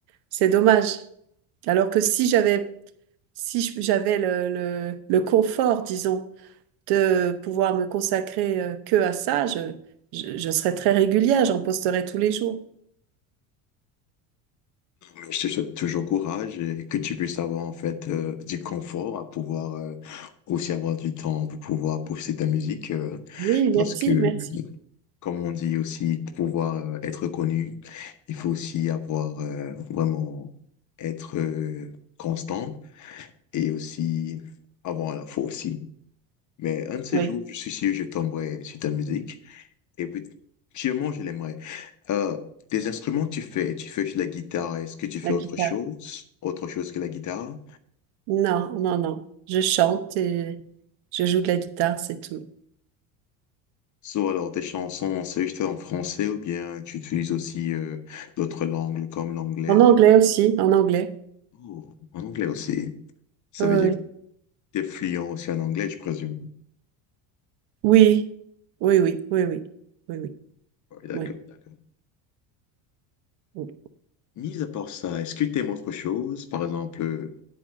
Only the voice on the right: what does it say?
C'est dommage. Alors que si j'avais, si je- j'avais le, le, le confort, disons. de pouvoir me consacrer euh, que à ça, je, je, je serais très régulière, j'en posterai tous les jours.
Oui, merci,
merci.
Oui,
la guitare.
Non, non, non. Je chante et je joue de la guitare, c'est tout.
En anglais aussi, en anglais.
Oui,
oui, oui, oui, oui, oui, oui, oui,
oui.
oui.